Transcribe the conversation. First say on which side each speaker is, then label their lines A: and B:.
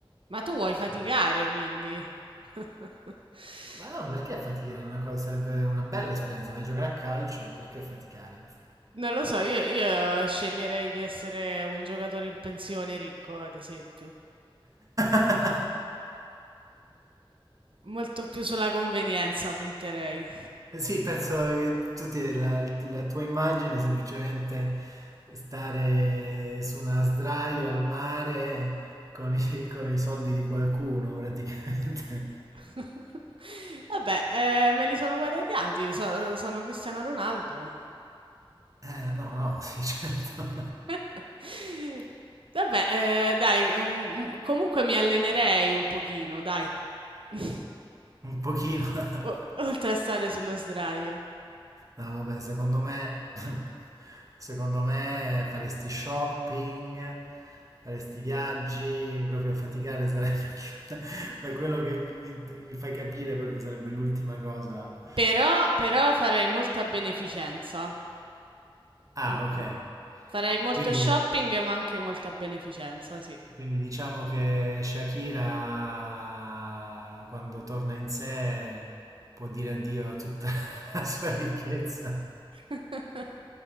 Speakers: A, on the right; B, on the right.
A: Ma tu vuoi faticare,
B: sarebbe-
A: quindi? <laughs>
B: Ma no, perché faticare? Una cosa, sarebbe una bella esperienza, vai a giocare a calcio, perché faticare?
A: Non lo so, io, io sceglierei di essere un giocatore in pensione ricco, ad esempio.
B: <laughs>
A: Molto più sulla convenienza punterei.
B: Eh Sì, penso che tutti la, la tua immagine è semplicemente stare su una sdraio al mare con i, con i soldi di qualcuno, praticamente.
A: <laughs> Vabbè, eh, me li sono guadagnati, so- sono Cristiano Ronaldo.
B: Eh, no, no, sì, certo.
A: <laughs> Vabbè, eh, dai, um, um, comunque mi allenerei un pochino, dai. <laughs>
B: <laughs> Un pochino. <laughs>
A: O- Oltre a stare sullo sdraio.
B: No, vabbè, secondo me, <laughs> secondo me faresti shopping, faresti viaggi, proprio faticare sarebbe, <laughs> da quello che mi, mi fai capire, proprio sarebbe l'ultima cosa
A: Però, però farei molta beneficenza.
B: Ah,
A: Mm, mm.
B: ok.
A: Farei molto
B: Quindi,
A: shopping, ma anche molta beneficenza, sì.
B: quindi diciamo che Shakira, quando torna in sé, può dire addio a tutta <laughs> la sua ricchezza.
A: <laughs>